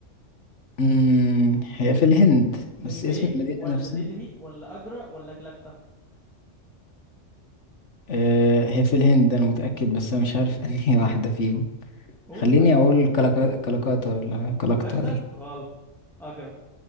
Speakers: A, on the left; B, in the centre.
A: امم هي في الهند
B: مومباي
A: بس اسم المدينة
B: ولا
A: نفسها
B: دلهي ولا اجرا ولا كلكتة
A: آه هي في الهند انا متأكد بس انا مش عارف <laughs> انهي واحدة فيهم
B: قول
A: خليني
B: بقى
A: اقول كلكا... كلكاتا ولا كلكتا
B: كلكتة
A: دي
B: غلط اجرا